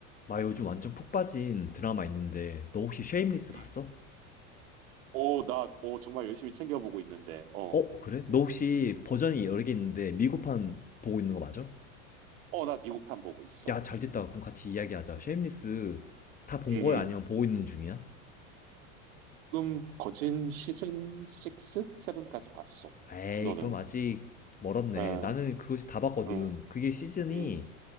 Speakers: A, on the left (about 20°); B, on the right (about 75°).
A: 나 요즘 완전 푹 빠진 드라마 있는데 너 혹시 쉐임리스 봤어?
B: 음. 오, 나, 오, 정말 열심히 챙겨보고 있는데, 어,
A: 어 그래? 너 혹시 버전이 여러 개 있는데 미국판 보고 있는 거 맞아?
B: 어, 나 미국판 보고 있어.
A: 야 잘됐다 그럼 같이 이야기하자
B: 음,
A: 쉐임리스 다 본
B: 음,
A: 거야
B: 음.
A: 아니면 보고 있는 중이야?
B: 지금 거진 시즌 6? 7까지 봤어.
A: 에이
B: 너는?
A: 그럼 아직 멀었네
B: 에,
A: 나는 그거 다 봤거든
B: 음,
A: 그게 시즌이
B: 음,